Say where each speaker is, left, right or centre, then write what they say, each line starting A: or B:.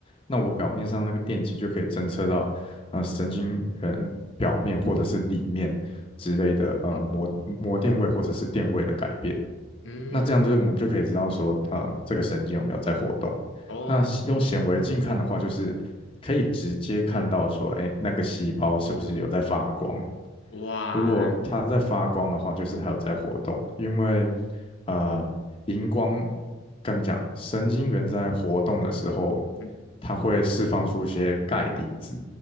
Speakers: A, on the left; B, on the left.
A: 那我表面上那个电极就可以侦测到，呃，神经元表面或者是里面之类的，呃，
B: 嗯
A: 膜膜电位或者是电位的改变。
B: 嗯
A: 那这样就我们就可以知道说，呃，这个神经有没有在活动。
B: 哦
A: 那用显微镜看的话，就是可以直接看到说，哎，那个细胞是不是有在发光？
B: 哇，
A: 如果它在发光的话，就是它有在活动，因为呃，荧光跟你讲，神经元在活动的时候，
B: 嗯
A: 它会释放出一些钙离子。